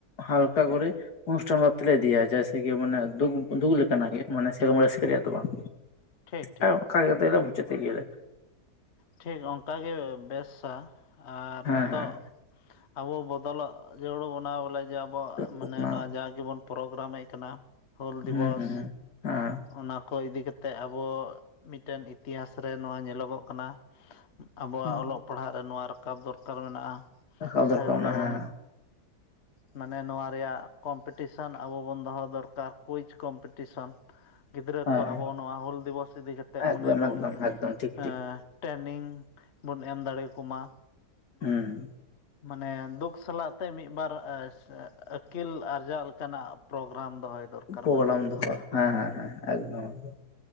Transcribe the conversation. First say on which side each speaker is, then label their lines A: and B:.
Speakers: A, on the left (about 75°); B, on the left (about 45°).
A: ᱦᱟᱞᱠᱟ ᱠᱚᱨᱮ ᱚᱱᱩᱥᱴᱷᱟᱱ ᱵᱷᱟᱵ ᱛᱮᱞᱮ ᱤᱫᱤᱭᱟ ᱡᱮᱭᱥᱮᱠᱤ ᱢᱟᱱᱮ ᱫᱩᱠ ᱫᱩᱠ ᱞᱮᱠᱟᱱᱟᱜ ᱜᱮᱸ ᱢᱟᱱᱮ ᱥᱮᱨᱚᱢ ᱨᱟᱹᱥᱠᱟᱹ ᱨᱮᱭᱟ ᱫᱚ ᱵᱟᱝ
B: ᱴᱷᱤᱠ ᱴᱷᱤᱠ
A: ᱟᱨ ᱚᱱᱠᱟ ᱠᱟᱛᱮ ᱜᱮᱞᱮ ᱢᱩᱪᱟᱹᱫ ᱠᱮᱜ ᱜᱮᱸ ᱟᱞᱮ
B: ᱴᱷᱤᱠ ᱚᱱᱠᱟ ᱜᱮᱸ ᱵᱮᱥᱟ ᱟᱨ
A: ᱦᱮᱸ
B: ᱱᱤᱛᱚᱜ
A: ᱦᱮᱸ
B: ᱟᱵᱚ ᱵᱚᱫᱚᱞᱚᱜ ᱡᱟᱹᱨᱩᱲ ᱵᱚᱱᱟ ᱵᱚᱞᱮ ᱡᱮ ᱟᱵᱚ ᱢᱟᱱᱮ
A: ᱦᱩᱸ
B: ᱱᱚᱣᱟ ᱡᱟ ᱜᱮᱵᱚᱱ ᱯᱨᱳᱜᱨᱟᱢᱮᱜ ᱠᱟᱱᱟ ᱦᱩᱞ ᱫᱤᱵᱚᱥ
A: ᱦᱩᱸ ᱦᱮᱸ
B: ᱚᱱᱟ ᱠᱚ ᱤᱫᱤ ᱠᱟᱛᱮᱜ ᱟᱵᱚ ᱢᱤᱫ ᱴᱮᱱ ᱤᱛᱤᱦᱟᱥ ᱨᱮ ᱱᱚᱣᱟ ᱧᱮᱞᱚᱜᱚᱜ ᱠᱟᱱᱟ ᱟᱵᱚᱣᱟᱜ
A: ᱦᱩᱸ
B: ᱚᱞᱚᱜ ᱯᱟᱲᱦᱟᱜ ᱨᱮ ᱱᱚᱣᱟ ᱨᱟᱠᱟᱵ ᱫᱚᱨᱠᱟᱨ ᱢᱮᱱᱟᱜᱼᱟ᱾
A: ᱨᱟᱠᱟᱵ
B: ᱥᱮ
A: ᱫᱚᱨᱠᱟᱨ
B: ᱵᱚᱞᱮ
A: ᱚᱱᱟ
B: ᱵᱚᱱ
A: ᱦᱮᱸ
B: ᱢᱟᱱᱮ ᱱᱚᱣᱟ ᱨᱮᱭᱟᱜ ᱠᱚᱢᱯᱤᱴᱤᱥᱮᱱ ᱟᱵᱚ ᱵᱚᱱ ᱫᱚᱦᱚ ᱫᱚᱨᱠᱟᱨ ᱠᱩᱭᱪ ᱠᱚᱢᱯᱤᱴᱤᱥᱮᱱ ᱜᱤᱫᱽᱨᱟᱹ
A: ᱦᱮᱸ
B: ᱠᱚ ᱟᱵᱚ ᱱᱚᱣᱟ ᱦᱩᱞ ᱫᱤᱵᱚᱥ ᱤᱫᱤ ᱠᱟᱛᱮᱫ
A: ᱮᱠᱫᱚᱢ
B: ᱢᱟᱱᱮ ᱵᱚᱱ
A: ᱮᱠᱫᱚᱢ ᱮᱠᱫᱚᱢ ᱴᱷᱤᱠ
B: ᱦᱮᱸ
A: ᱴᱷᱤᱠ
B: ᱴᱨᱮᱱᱤᱝ ᱵᱚᱱ ᱮᱢ ᱫᱟᱲᱮ ᱟᱠᱚ ᱢᱟ
A: ᱦᱩᱸ
B: ᱢᱟᱱᱮ ᱫᱩᱠ ᱥᱟᱞᱟᱜ ᱛᱮ ᱢᱤᱫ ᱵᱟᱨ ᱟᱹᱠᱤᱞ ᱟᱨᱡᱟᱜ ᱞᱮᱠᱟᱱᱟᱜ ᱯᱨᱳᱜᱨᱟᱢ ᱫᱚᱦᱚᱭ ᱫᱚᱨᱠᱟᱨ
A: ᱯᱨᱳᱜᱨᱟᱢ
B: ᱢᱮᱱᱟᱭᱟ
A: ᱫᱚᱦᱚ ᱦᱮᱸ ᱦᱮᱸ ᱦᱮᱸ ᱮᱠᱫᱚᱢ ᱮᱠᱫᱚᱢ